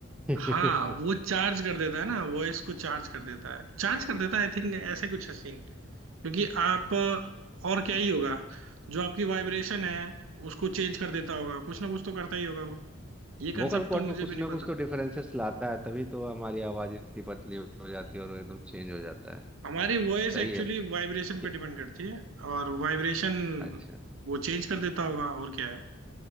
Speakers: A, in the centre; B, on the right.
A: है <laughs>
B: हाँ वो चार्ज कर देता है ना वॉइस को चार्ज कर देता है चार्ज कर देता है आई थिंक ऐसे कुछ है सीन क्योंकि आप अ, और क्या ही होगा जो आपकी वाइब्रेशन है उसको चेंज कर देता होगा कुछ ना कुछ तो करता ही होगा वो ये
A: वोकल
B: कंसेप्ट
A: कॉर्ड
B: तो मुझे
A: में कुछ
B: भी नहीं
A: ना
B: पता
A: कुछ तो डिफरेंसेस लाता है तभी तो हमारी आवाज इतनी पतली हो जाती
B: हम्म
A: है और वो एकदम चेंज हो जाता है
B: हमारी वॉइस
A: सही
B: एक्चुअली
A: है
B: वाइब्रेशन
A: कि,
B: पे डिपेंड करती है और वाइब्रेशन
A: अच्छा
B: वो चेंज कर देता होगा और क्या है